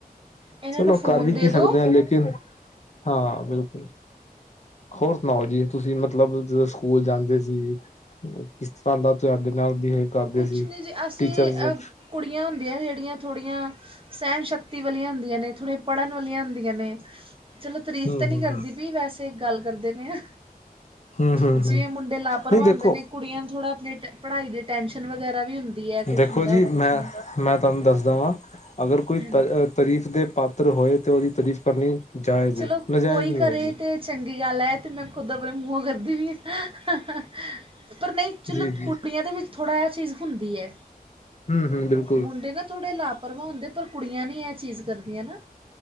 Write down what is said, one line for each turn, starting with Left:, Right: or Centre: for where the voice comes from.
Right: ਇਹਨਾਂ
Left: ਚਲੋ
Right: ਨੂੰ ਫੋਨ
Left: ਕਰ ਵੀ
Right: ਦੇ
Left: ਕੀ
Right: ਦਿਉ
Left: ਸਕਦੇ ਆ, ਲੇਕਿਨ ਹਾਂ ਬਿਲਕੁਲ। ਹੋਰ ਸੁਣਾਓ ਜੀ‌? ਤੁਸੀਂ ਮਤਲਬ ਜਦੋਂ ਸਕੂਲ ਜਾਂਦੇ ਸੀ। ਕਿਸ ਤਰ੍ਹਾਂ ਦਾ ਤੁਹਾਡੇ ਨਾਲ ਬਿਹੇਵ
Right: ਕੁਛ ਨਹੀਂ ਸੀ ਅਸੀਂ,
Left: ਟੀਚਰਸ
Right: ਅ
Left: ਹੂੰ
Right: ਕੁੜੀਆਂ ਹੁੰਦੀਆਂ ਜਿਹੜੀਆਂ ਥੋੜੀਆਂ ਸੈਹਣ ਸ਼ਕਤੀ ਵਾਲੀਆਂ ਹੁੰਦੀਆਂ ਨੇ ਥੋੜੇ ਪੜ੍ਹਨ ਵਾਲੀਆਂ ਹੁੰਦੀਆਂ ਨੇ ਚਲੋ ਤਾਰੀਫ਼
Left: ਹੂੰ
Right: ਤੇ ਨੀ
Left: ਹੂੰ
Right: ਕਰਦੀ ਪਈ ਵੈਸੇ ਗੱਲ ਕਰਦੇ ਪਏ ਆ
Left: ਹੂੰ ਹੂੰ
Right: ਜਿਵੇਂ
Left: ਹੂੰ
Right: ਮੁੰਡੇ ਲਾਪਰਵਾਹ
Left: ਨਹੀਂ ਦੇਖੋ
Right: ਹੁੰਦੇ ਨੇ ਕੁੜੀਆਂ ਨੂੰ ਥੋੜਾ ਆਪਣੇ ਅ ਪੜ੍ਹਾਈ ਦੀ ਟੈਂਸ਼ਨ ਵਗੈਰਾ ਵੀ ਹੁੰਦੀ। ਹੈ ਕੁਛ
Left: ਦੇਖੋ
Right: ਹੁੰਦਾ
Left: ਜੀ
Right: ਔਰ
Left: ਮੈਂ
Right: ਕੁਛ ਨਹੀਂ
Left: ਮੈਂ ਤੁਹਾਨੂੰ ਦੱਸਦਾ ਵਾਂ ਅਗਰ ਕੋਈ
Right: ਹਾਂਜੀ
Left: ਤ ਅ ਤਰੀਫ਼ ਦੇ ਪਾਤਰ ਹੋਏ ਤੇ ਉਦੀ ਤਾਰੀਫ਼ ਕਰਨੀ <inaudible>
Right: ਚਲੋ ਕੋਈ ਕਰੇ
Left: ਹੈਗੀ
Right: ਤੇ ਚੰਗੀ ਗੱਲ ਐ ਤੇ ਮੈਂ ਖੁਦ ਆਪਣੇ ਮੂੰਹੋਂ ਕਰਦੀ ਪਈ ਆ ਪਰ ਨਈ ਚਲੋ
Left: ਜੀ ਜੀ
Right: ਕੁੜੀਆਂ ਦੇ ਵਿੱਚ ਥੋੜਾ ਐ ਚੀਜ਼ ਹੁੰਦੀ ਐ।
Left: ਹੂੰ-ਹੂੰ ਬਿਲਕੁ
Right: ਮੁੰਡੇ ਨਾ ਥੋੜੇ ਲਾਪਰਵਾਹ ਹੁੰਦੇ ਪਰ ਕੁੜੀਆਂ ਨਈ ਐਹ ਚੀਜ਼ ਕਰਦੀਆਂ ਨਾ